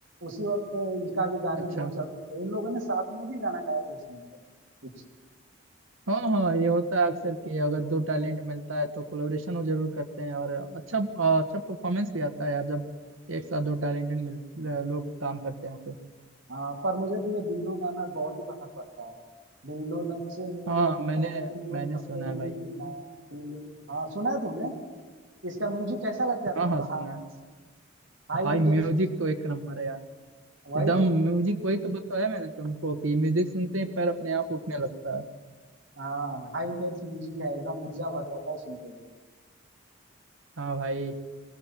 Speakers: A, on the right (about 70°); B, on the right (about 90°).
A: उसी वक्त इनका भी गाने
B: अच्छा
A: बहुत चलते थे इन लोगों ने साथ में भी गाना गाया था उस समय पे कुछ
B: हाँ हाँ ये होता है अक्सर कि अगर दो टैलेंट मिलता है तो कोलेबोरेशन वो जरूर करते हैं और अच्छा अ, अच्छा परफॉर्मेंस भी आता है यार जब एक साथ दो टैलेंटेड मिल लोग काम करते हैं तो
A: हाँ पर मुझे तो ये बिल्लो गाना बहुत ही पसंद पड़ता है बिल्लो नक्शे मेरे
B: हाँ मैंने
A: नाम बिल्लो
B: मैंने
A: टप्पे
B: सुना है
A: मेरी
B: भाई
A: नाम बिल्लो हाँ सुना है तुमने इसका म्यूजिक कैसा लगता है
B: हाँ
A: तुमको
B: हाँ सुना
A: हाँ
B: है
A: हाई
B: भाई
A: इंटेंस
B: म्यूजिक
A: म्यूजिक
B: तो एक नंबर है यार
A: वही
B: एकदम
A: तो
B: म्यूजिक वही तो बताया मैंने तुमको कि म्यूजिक सुनते ही पैर अपने आप उठने लगता है
A: हाँ हाई इंटेंस म्यूजिक है एकदम ऊर्जा भर जाता है सुनते ही
B: हाँ भाई